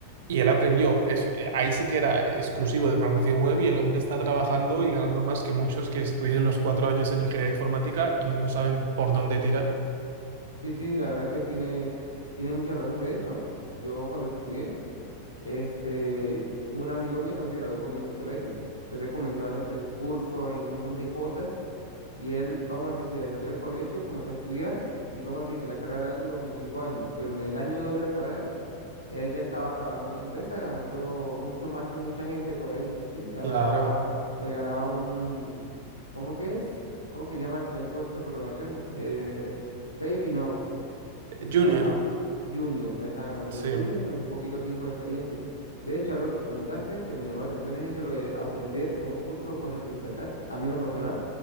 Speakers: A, on the right; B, on the left.
A: Y él aprendió, es- eh, ahí sí que era exclusivo de programación web y el hombre está trabajando y ganando más que muchos que estuvieron los cuatro años en ingeniería informática y no saben por dónde tirar.
B: Sí, sí, la verdad es que tiene, tiene mucha razón. De hecho, yo cuando estudié, este, un amigo mío también se graduó conmigo en el colegio, pero él comenzó a hacer cursos y un montón de cosas. Y él, vamos a decir, se salió del colegio, comenzó a estudiar, y vamos a decir que la carrera de él duró como cinco años, pero en el año dos de la carrera, Él ya estaba trabajando en una empresa ganando mucho más que mucha gente por ahí, ¿sí? Ganaba,
A: Claro.
B: lo que ganaba un, ¿cómo que es? ¿Cómo que llama el primer puesto de programación? Eh, Baby, no, está
A: Junior,
B: ah, Junior, ya estaba ganándolo
A: sí,
B: un Junior en poquito tiempo de experiencia. De hecho, algo que comentaste que me llamó la atención es eso, lo de aprender concursos o cosas por internet. A mí en lo personal,